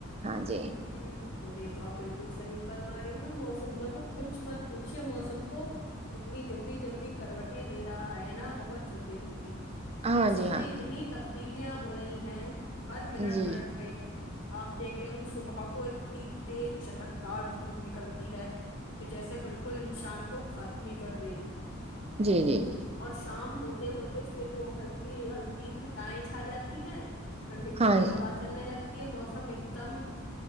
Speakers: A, on the right; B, on the left.
A: ہاں جی
B: جی بالکل یہ تو آپ بالکل صحی فرما رہی ن موسم کا تو کچھ مت پوچھیے موسم تو اتنی جلدی جلدی کروٹیں لے رہا ہے نا بہت جلدی جلدی
A: ہاں
B: موسم
A: جی ہاں
B: میں اتنی تب تبدیلیاں ہو رہی ہیں ہر
A: جی
B: منٹ
A: جی
B: منٹ پہ ا آپ دیکھ رہے ہو مجھ سے سبا کو اتنی تیز چٹکدار دھوپ نکلتی ہے کہ جیسے بالکل انسان کو نہیں کر دے گی
A: جی جی جی
B: اور شام ہوتے ہوتے پھر وہ ہلکی ہلکی گھٹائیں چھا جاتی ہیں ٹھڈی ٹھنڈی
A: ہاں جی
B: ہوال لگتی تی یہ موسم ایک دم